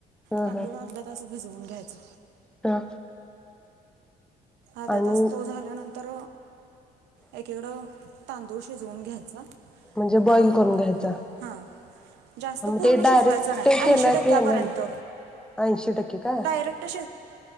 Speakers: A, in the centre; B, on the right.
A: ह
B: तांदूळ
A: ह
B: अर्धा तास. भिजवून घ्यायचं.
A: ह.
B: अर्धा
A: आणि
B: तास तो झाल्यानंतर, एकीकडं तांदूळ शिजवून घ्यायचा.
A: म्हणजे
B: आणि
A: बॉइल करून घ्यायच.
B: हां जास्त पूर्ण
A: ते डायरेक्ट
B: शिजवायचा नाही
A: केल
B: ऐंशी
A: की
B: टक्क्यापर्यंत
A: ते येणार नाही. ऐंशी टक्के का,
B: डायरेक्ट